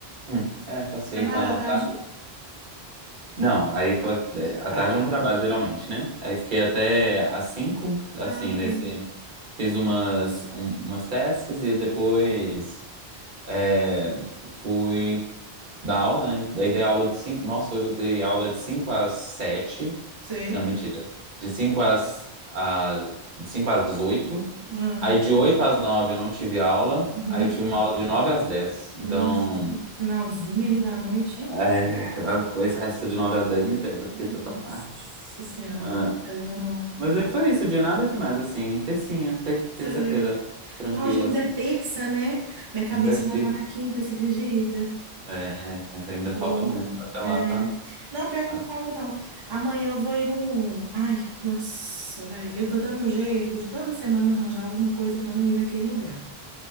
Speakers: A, on the right; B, on the right.
A: Hum, É, passei
B: Trabalhou
A: com ela
B: à tarde?
A: à tarde. Não, aí pa- é, à
B: Ah,
A: tarde é um trabalho geralmente, né? Aí fiquei
B: ok.
A: até às 5 assim,
B: Ah, ok.
A: nesse. Fiz umas, um- umas tasks e depois é, fui dar aula, né? Daí dei aula de cinco Nossa, hoje eu dei aula de 5 às sete
B: Sei.
A: Não, mentira. De 5 às, a, de 5 às oito
B: Ah,
A: Aí de 8 às 9 eu não tive aula.
B: uhum.
A: Aí eu tive uma aula de nove às dez. Então,
B: Nossa, finalzinho ali da noite,
A: é,
B: hein?
A: a coisa, essa de 9 às 10 me pega, porque
B: Nossa
A: já tá tarde.
B: Senhora,
A: Ah,
B: mas, amor.
A: mas aí foi isso, de nada demais, assim. Tercinha, ter-
B: Sei.
A: terça-feira, tranquila,
B: Não, hoje ainda
A: assim.
B: é terça, né? Minha cabeça
A: Ainda é
B: já
A: ter,
B: tá na quinta, você acredita?
A: é, ainda
B: Eu
A: falta
B: tô.
A: muito. Até
B: É...
A: lá tá.
B: Não, pior
A: tá.
B: que não falta, não. Amanhã eu vou ir num. Ai, nossa, velho. Eu tô dando um jeito de toda semana arranjar alguma coisa pra não ir naquele lugar.